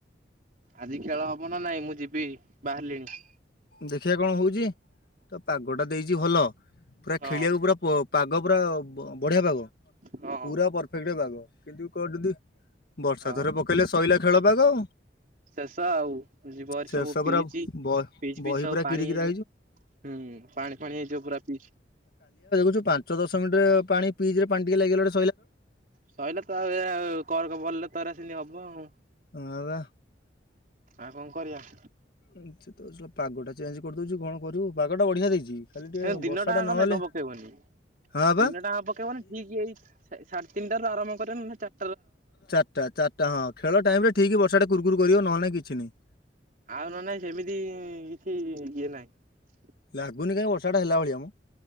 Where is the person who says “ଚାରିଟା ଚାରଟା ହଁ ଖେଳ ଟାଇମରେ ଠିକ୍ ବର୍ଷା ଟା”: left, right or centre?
Left